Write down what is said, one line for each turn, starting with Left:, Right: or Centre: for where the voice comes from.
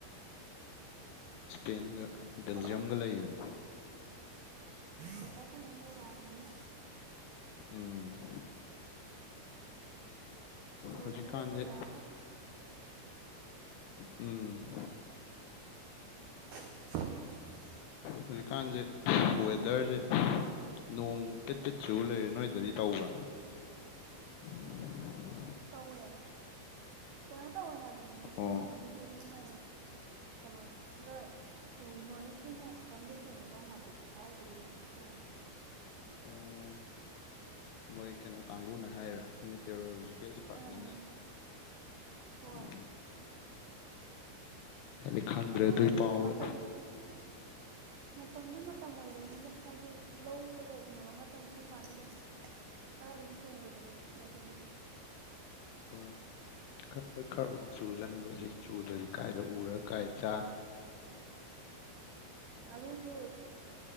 Left: ꯏꯁꯄꯦꯟꯒ ꯕꯦꯜꯖꯤꯌꯝꯒ
Right: ꯀ꯭ꯋꯥꯇꯔ
Left: ꯂꯩꯕꯅꯤ
Right: ꯀꯋ꯭ ꯇꯔ ꯐꯥꯏꯅꯦꯜ ꯌꯧꯔꯛꯑꯥꯅꯥ
Left: ꯎꯝ
Right: ꯂꯣꯏꯗꯕ
Left: ꯍꯧꯖꯤꯛꯀꯥꯟꯁꯦ
Right: ꯀꯨꯏꯔꯛꯑꯔꯣꯏ
Left: ꯎꯝ
Right: <unintelligible>
Left: ꯍꯧꯖꯤꯛꯀꯥꯟꯁꯦ ꯋꯦꯗꯔꯁꯦ ꯅꯣꯡ ꯄꯤꯠ ꯄꯤꯠ ꯆꯨ ꯂꯩꯔꯦ ꯅꯣꯏꯗꯗꯤ ꯇꯧꯕ꯭ꯔꯥ <inaudible>
Right: ꯇꯧꯋꯦ ꯀꯩꯅꯣ ꯇꯧꯋꯦ ꯍꯥꯏꯕꯅꯦ ꯉꯁꯤ
Left: ꯑꯣ
Right: ꯅꯣꯡ ꯅꯤꯗ ꯑꯗꯨꯝ ꯅꯣꯡ ꯀꯩꯅꯣ ꯈꯔ ꯆꯨ ꯅꯣꯔꯠ ꯏꯁꯇꯤ ꯅꯣꯡ ꯑꯀꯟꯕ ꯆꯨꯅꯤꯒ ꯍꯥꯏꯐꯦꯠꯇꯤ ꯍꯥꯏꯈꯤꯕ ꯔꯣꯝꯗꯤ ꯇꯧꯕꯅꯤꯗꯣ
Left: ꯑꯣ ꯃꯣꯏ ꯀꯩꯅꯣ ꯀꯥꯒꯨꯅ ꯍꯥꯏꯔ ꯃꯤꯠ ꯇꯦꯔꯣꯂꯣꯖꯤꯀꯦꯜ ꯗꯤꯄꯥꯔꯠꯃꯦꯟꯅ
Right: ꯑꯥ ꯍꯣꯏ
Left: ꯎꯝ ꯍꯥꯏꯗꯤ ꯈꯪꯗ꯭ꯔꯦ
Right: ꯑꯗꯨ
Left: ꯑꯗꯨꯏ ꯄꯥꯎꯕ
Right: ꯃꯇꯝ ꯃꯇꯝꯁꯨ ꯃꯇꯝ ꯑꯣꯏꯕꯣꯏꯅꯤꯗ ꯍꯥꯏꯗꯤ ꯂꯧ ꯀꯩꯀꯩ ꯎꯅꯕ ꯃꯇꯝ ꯁꯨꯝ ꯀꯥꯟꯁꯤꯗꯨꯝ ꯈꯔ ꯑꯗꯨꯝ ꯆꯨꯕꯅꯦꯕ ꯃꯆꯤꯠ ꯃꯆꯤꯠ
Left: ꯍꯣꯏ ꯍꯣꯏ ꯈꯔꯕꯨꯗꯤ ꯆꯨꯖꯅꯨꯗ ꯁꯤ ꯆꯨꯗ꯭ꯔꯗꯤ ꯀꯥꯏꯗ ꯎꯔꯒ ꯀꯥꯏ ꯆꯥꯅꯤ
Right: ꯑꯗꯨꯁꯨ